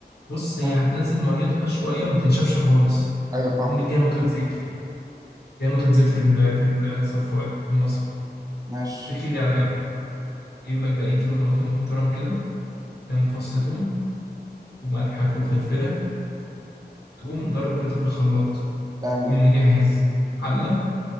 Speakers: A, on the left; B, on the right.
A: بص هي
B: مم.
A: هتنزل ميتها شوية ما تنشفش خالص
B: ايوه فاهمك
A: تقوم مديها نقطة زيت كده مديها نقطة زيت في ال- في الصفاية في المصفى
B: ماشي
A: تركين دي على جنب يجيب لك بقى ايه كيلو طماطم محترم كده كام فص توم وملحك وفلفلك تقوم ضارب كل ده في الخلاط
B: تمام
A: تقوم مجهز حلة